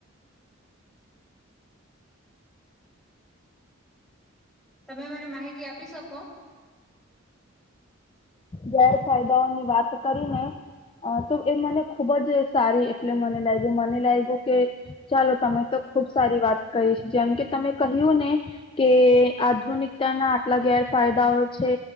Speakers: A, in the centre; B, on the left.
A: તમે મને માહિતી આપી શકો.
B: ગેરફાયદાઓની વાત કરી ને અ તો એ મને ખુબ જ સારી એટલે મને લાગ્યું મને લાગ્યું કે ચાલો તમે તો ખુબ સારી વાત કરીહીશ જેમ કે તમે. કહ્યું ને કે આધુનિકતા ના આટલા ગેરફાયદાઓ છે